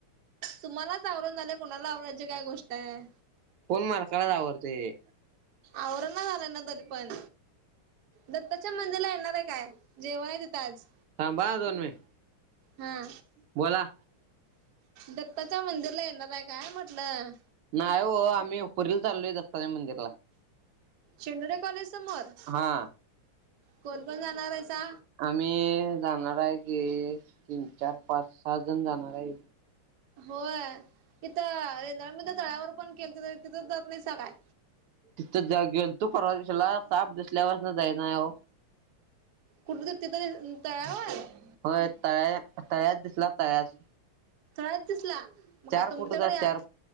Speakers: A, on the right; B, on the right.
A: तुम्हालाच आवरण झालय, कोणाला आवरायची काय गोष्टय.
B: फोन मला कळाल आवरतेय.
A: आवरना झालाय ना तरी पण. दत्ताच्या मंदिरला येणारे काय? जेवाय तीथ आज.
B: थांबा हा दोन मिनिट
A: ह.
B: बोला.
A: दत्ताच्या मंदिरला येणार आहे काय म्हटलं?
B: नाय हो, आम्ही उपरीला चाललोय दत्ताच्या मंदिरात.
A: शेंदरे कॉलेज समोर?
B: हा
A: कोण कोण जाणारेसा?
B: आम्ही जाणार आहे की, तीन, चार, पाच, सहा जण जाणार आहे.
A: होय. इथं रेंद्रा <unintelligible> तळ्यावर पण <unintelligible> तिथं जात नाही सा काय?
B: तिथं ज गेलतू परवा दिवशीला. साप दिसल्या पासन जाईना हो.
A: कुठ तिथ तिथ तळ्यावर?
B: होय, तळ्या तळ्यात दिसला तळ्यात.
A: तळ्यात दिसला? मग
B: चार
A: काय तुमच्याकडे
B: फुटचा
A: याल,
B: चार